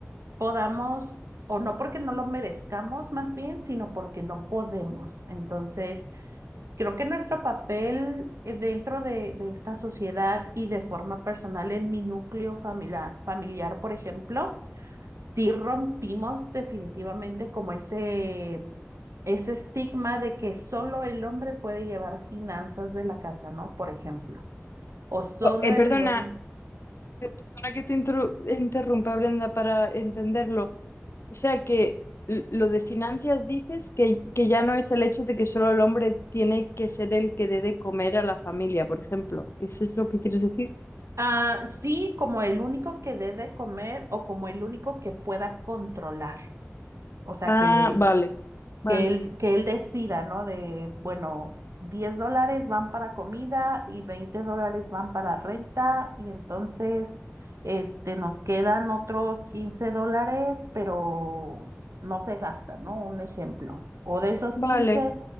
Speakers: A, on the right; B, on the left.
A: podamos, o no porque no lo merezcamos más bien, sino porque no podemos. Entonces... Creo que nuestro papel eh, dentro de, de esta sociedad y de forma personal en mi núcleo familiar, familiar, por ejemplo, sí rompimos definitivamente como ese, ese estigma de que solo el hombre puede llevar finanzas de la casa, ¿no? Por ejemplo, o solo
B: oh, eh,
A: el
B: perdona,
A: hombre.
B: eh, perdona que te interru- interrumpa, Brenda, para entenderlo. O sea que l- lo de finanzas dices que, que ya no es el hecho de que solo el hombre tiene que ser el que dé de comer a la familia, por ejemplo. ¿Eso es lo que quieres decir?
A: Ah, sí, como el único que debe comer o como el único que pueda controlar. O sea,
B: Ah,
A: que
B: vale, vale,
A: que él, que él decida, ¿no? De, bueno, 10 dólares van para comida y 20 dólares van para renta y entonces, este, nos quedan otros 15 dólares, pero no se gastan, ¿no? Un ejemplo. O de esos
B: vale,
A: 15